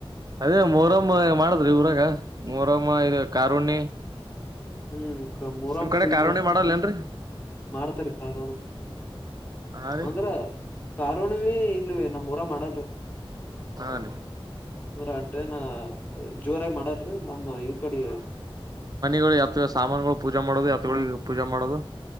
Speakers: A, on the right; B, on the left.
A: ಅದೇ ಮೊರಮ್ಮ ಮಾಡದ್ರಿ ಈ ಊರಾಗ ಮೋರಮ್ಮ ಇದು ಕಾರುಣಿ
B: ಹ್ಮ್ ಮೋರಂ
A: ನಿಮ್ ಕಡೆ
B: ಕುಯ್ದು
A: ಕಾರುಣಿ ಮಾಡಲ್ಲ ಏನ್ರರಿ
B: ಮಾರ್ತಾರಿ ಕಾರು
A: ಹಾ ರೀ
B: ಅಂದ್ರ ಕಾರಹುಣಿವಿ ಇಲ್ ನಮ್ಮ್ ಊರಾಗ ಮಾಡಲ್ರೀ
A: ಹಾ ರೀ
B: ಅಂದ್ರ ಆ ಟ್ರೇನ ಜೋರಾಗಿ ಮಾಡಲ್ರಿ ನಮ್ಮ ಈ ಕಡಿ
A: ಗಳು ಯತ್ ಸಾಮಾನಗಳು ಪೂಜಾ ಮಾಡೋದು ಯತ್ಗೂಳಿಗೆ ಪೂಜಾ ಮಾಡೋದು